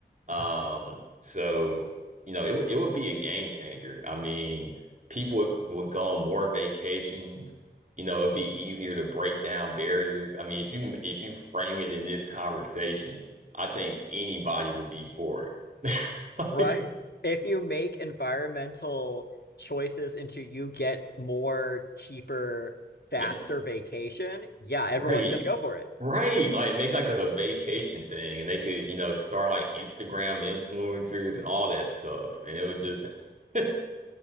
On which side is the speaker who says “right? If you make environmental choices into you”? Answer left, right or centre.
Left